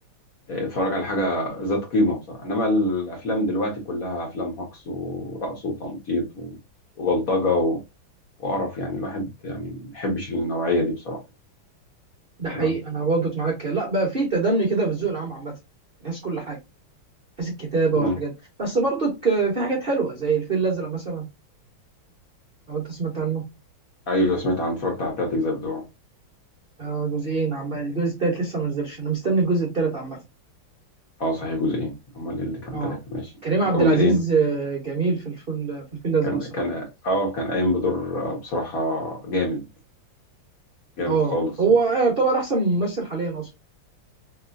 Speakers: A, on the left; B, on the right.
A: آه، اتفرج على حاجة ذات قيمة بصراحة إنما الأفلام دلوقتي كلها أفلام هجص ورقص وتنطيط و- وبلطجة و- وقرف يعني الواحد يعني ما بيحبش النوعية دي بصراحة يعني.
B: ده حقيقي
A: تمام
B: انا برضك معاك لا بقى في تدني كده في الذوق العام عامه من حيث كل حاجه من حيث الكتابه
A: مم.
B: والحاجات بس برضك آه، في حاجات حلوه زي الفيل الازرق مثلا لو انت سمعت عنه
A: أيوه سمعت عن اتفرجت على التلات أجزاء بتوعه
B: آه، جزئين عم الجزء التالت لسه ما نزلش انا مستني الجزء التالت عامه
A: اه صحيح جزئين امال ايه اللي كان
B: اه
A: ثلاثه ماشي
B: كريم عبد
A: يبقى
B: العزيز
A: جزئين
B: آه، جميل في الفل في الفيل الازرق
A: كان
B: صراحه
A: كان اه كان قايم بدور آه، بصراحه جامد جامد
B: اه
A: خالص
B: هو
A: وف-
B: آه، يعتبر احسن ممثل حاليا اصلا